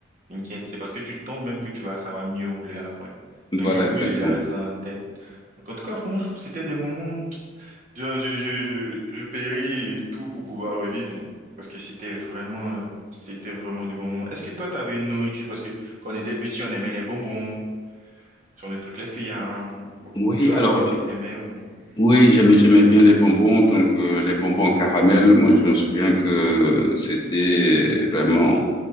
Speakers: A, on the right; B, on the left.
A: T'inquiète, c'est parce que tu tombes même que tu vas savoir mieux rouler après.
B: Voilà,
A: Donc, du coup,
B: exactement.
A: j'avais ça en tête. Donc, en tout cas, vraiment, c'était des moments je, je, je, je, je paierai tout pour pouvoir revivre, hein. parce que c'était vraiment, euh, c'était vraiment de bons moments. Est-ce que toi, tu avais une nourriture? Parce que quand on était petit, on aimait les bonbons, ce genre de trucs. Est-ce qu'il y a un
B: Oui,
A: plat
B: alors,
A: que
B: euh,
A: tu aimais ou bien
B: oui, j'aimais, j'aimais
A: friandise?
B: bien les bonbons. Donc, euh, les bonbons caramel, moi, je me souviens que c'était vraiment